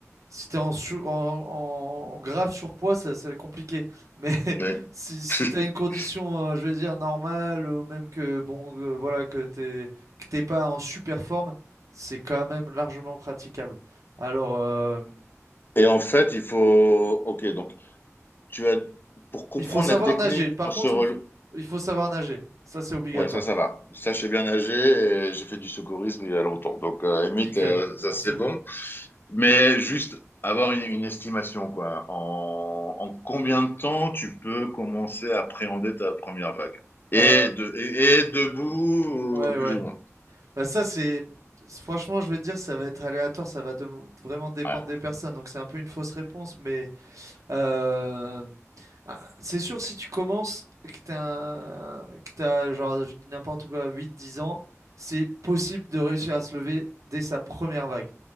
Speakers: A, on the right; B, on the left.
A: si t'es en, sur- en, en grave surpoids, ça, ça va être compliqué. Mais <laughs>
B: Ouais.
A: si, si
B: <laughs>
A: tu une condition, euh, je vais dire, normale, ou même que, bon, euh, voilà, que t'es, que t'es pas en super forme, c'est quand même largement praticable. Alors. euh,
B: Et en fait, il faut. Ok, donc tu as pour comprendre
A: Il faut savoir
B: la technique
A: nager. Par
B: pour
A: contre,
B: se rel-
A: il faut, il faut savoir nager. Ça, c'est obligatoire.
B: Ouais, ça, ça va. Ça, je sais bien nager et j'ai fait du secourisme il y a longtemps. Donc, euh, à la limite,
A: Nickel.
B: euh, ça,
A: Bon,
B: c'est
A: c'est
B: bon.
A: bon.
B: Mais juste avoir une, une estimation, quoi. En, en combien de temps tu peux commencer à appréhender ta première vague? Et,
A: Euh,
B: de, et, et debout,
A: ouais,
B: euh, plus
A: ouais.
B: ou moins.
A: Bah, ça, c'est. Franchement, je vais te dire, ça va être aléatoire. Ça va dem- vraiment dépendre
B: Ouais.
A: des personnes. Donc, c'est un peu une fausse réponse. Mais euh, ah, c'est sûr, si tu commences, que t'as, un- que t'as, genre, je dis n'importe quoi, huit dix ans, c'est possible de réussir à se lever dès sa première vague.